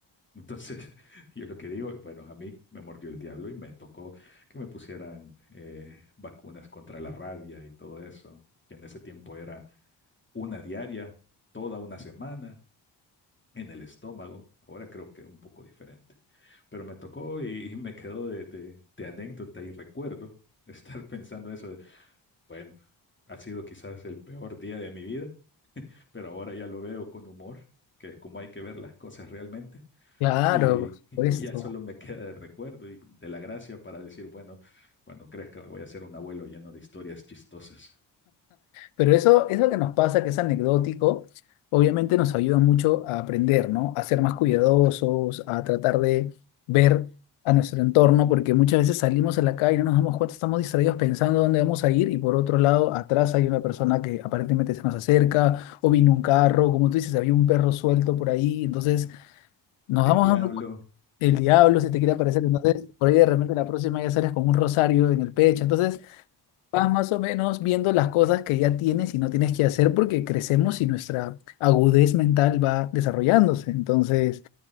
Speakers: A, on the left; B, on the left.
A: Entonces, <laughs> yo lo que digo, bueno, a mí me mordió el diablo y me tocó que me pusieran eh, vacunas contra la rabia y todo eso, que en ese tiempo era una diaria, toda una semana en el estómago. Ahora creo que es un poco diferente, pero me tocó y, y me quedó de, de- de anécdota y recuerdo <laughs> estar pensando eso de, bueno, ha sido quizás el peor día de mi vida, pero ahora ya lo veo con humor, que es como hay que ver las cosas realmente,
B: Claro,
A: y, <laughs>
B: por supuesto.
A: y ya solo me queda el recuerdo y de la gracia para decir, bueno, cuando crezca voy a ser un abuelo lleno de historias chistosas.
B: Pero eso, eso que nos pasa, que es anecdótico, obviamente nos ayuda mucho a aprender, ¿no? A ser más cuidadosos, a tratar de ver a nuestro entorno, porque muchas veces salimos a la calle y no nos damos cuenta, estamos distraídos pensando dónde vamos a ir y por otro lado, atrás hay una persona que aparentemente se nos acerca o vino un carro, como tú dices, había un perro suelto por ahí, entonces nos
A: El
B: vamos
A: diablo,
B: dando cuenta, el diablo se te quiere aparecer, entonces por ahí de repente la próxima ya sales con un rosario en el pecho, entonces... Vas más o menos viendo las cosas que ya tienes y no tienes que hacer porque crecemos y nuestra agudez mental va desarrollándose. Entonces,